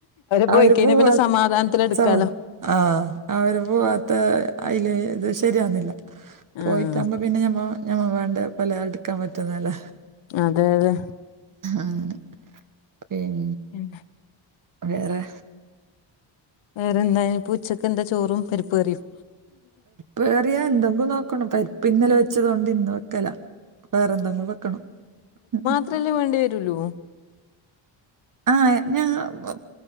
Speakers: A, on the left (about 65°); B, on the right (about 40°).
A: പോയി
B: അവര്
A: കഴിഞ്ഞാ
B: പോവാ
A: പിന്നെ സമാധാനത്തില് എടുക്കാലോ
B: സമ ആഹ് അവര് പോവാ ത്ത് അതില് ഇത് ശരിയാകുന്നില്ല പോയിട്ട്
A: ആഹ്
B: അമ്മ പിന്നെ ഞമ്മളോ ഞമ്മ വേണ്ട് പല എടുക്കാൻ പറ്റുന്നല്ല
A: അതെ അതെ
B: ആണ് പിൻ
A: ഉം
B: വേറെ
A: വേറെ എന്തായി ഇപ്പോ ഉച്ചക്ക് എന്താ ചോറും പരിപ്പ് കറിയും
B: വേറിയാ എന്തങ്ങ് നോക്കണം പരിപ്പ് ഇന്നലെ വെച്ചതോണ്ട് ഇന്ന് വെക്കല വേറെന്തങ്കിലും വെക്കണം മ് മ്
A: ത്രല്ലേ വേണ്ടി വരുല്ലൂ
B: ആഹ് ഞാ വൗ